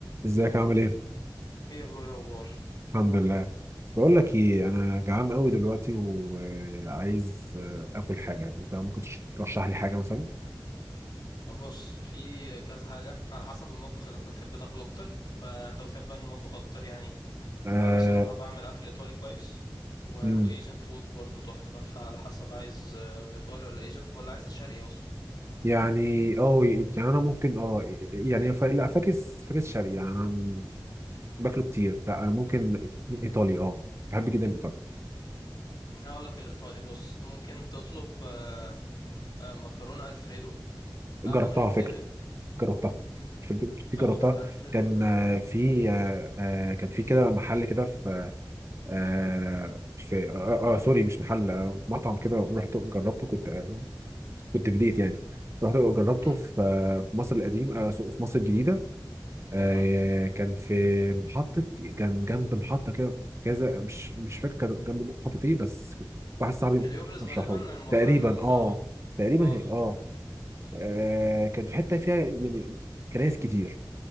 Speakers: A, on the right; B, on the left.
A: ازيك عامل ايه؟
B: ايه يا برو ايه الاخبار
A: الحمد لله بقول لك ايه انا جعان قوي دلوقتي وعايز اكل حاجه انت ممكن تش- ترشح لي حاجه مثلا
B: بص في كذا حاجه على حسب المطبخ اللي انت بتحب تاكله اكتر فانت بتحب انهي مطبخ اكتر يعني
A: آه
B: انا الصراحه بعمل اكل ايطالي كويس و... وايجن
A: مم.
B: فود برضو تحفه فعلى حسب عايز آه، ايطالي ولا ايجن ولا عايز شرقي اصلا
A: يعني اه يعني انا ممكن اه يعني ف- لا فاكس فاكس شرقي يعني انا م- باكله كتير لا انا ممكن ايطالي اه بحب جدا الايطالي
B: هقول لك الايطالي بص ممكن تطلب آه، آه، مكرونه الفريدو
A: جربتها
B: او تالياتيلي
A: على فكره جربتها
B: مم،
A: في الدوب- دي
B: تحفه
A: جربتها
B: الالفريدو
A: كان
B: والتالياتيلي
A: آه، في آه، آه، كان في كده محل كده آه في آه, اه سوري مش محل آه مطعم كده رحت جربته كنت آه كنت في ديت يعني رحت جربته
B: مم،
A: في آه في مصر القديم آه سو- في مصر الجديدة آه
B: مهم.
A: كان في محطة كان جنب محطة كده كذا مش مش فاكر كان جنب محطة ايه بس واحد صاحبي
B: هليوبلس غالبا
A: رشحه
B: للمطاعم
A: لي تقريبا اه
B: اه
A: تقريبا
B: آه،
A: هي اه, آه كان في حتة فيها يعني كنايس كتير